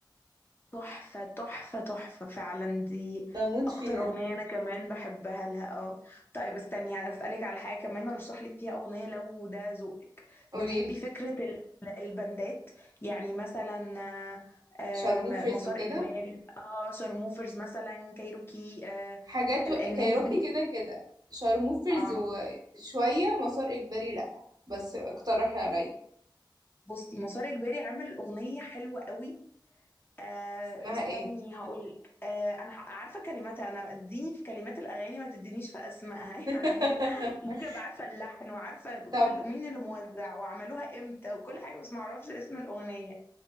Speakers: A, on the left; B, on the right.
A: تحفة تحفة تحفة فعلا دي
B: بموت
A: أكتر
B: فيها
A: أغنية أنا كمان بحبها لها اه طيب استني هسألك على حاجة كمان أرشح لك فيها أغنية لو ده ذوقك
B: قوليلي
A: بتحبي فكرة ال- البندات يعني مثلا آه، آه،
B: شارموفرز
A: مسار
B: وكده
A: إجباري اه شارموفرز مثلا كايروكي آه
B: حاجات
A: ال-
B: و...
A: الناس
B: كايروكي
A: دي
B: كده كده شارموفرز
A: اه
B: وشوية مسار اجباري لا بس اقترحي عليا
A: بصي مسار اجباري عامل اغنيه حلوه قوي آه
B: اسمها
A: استني
B: ايه
A: هقولك آه انا ح- عارفه كلماتها انا اديني في كلمات الاغاني ما تدينيش في اسمائها <laughs>
B: <laughs>
A: يعني ممكن ابقى عارفه اللحن وعارفه
B: طب
A: كل مين اللي موزع وعملوها امتى وكل حاجه بس ما اعرفش اسم الاغنيه